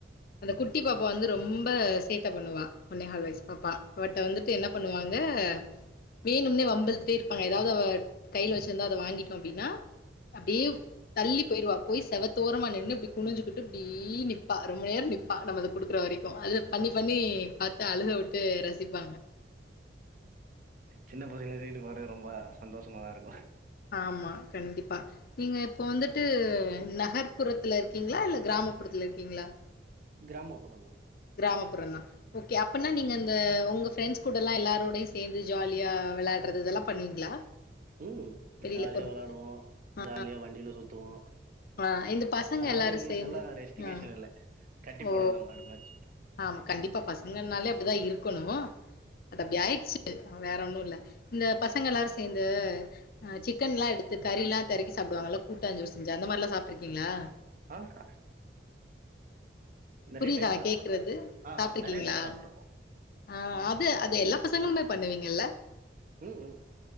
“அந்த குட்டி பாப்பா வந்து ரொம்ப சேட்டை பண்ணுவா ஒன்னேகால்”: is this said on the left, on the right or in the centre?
Left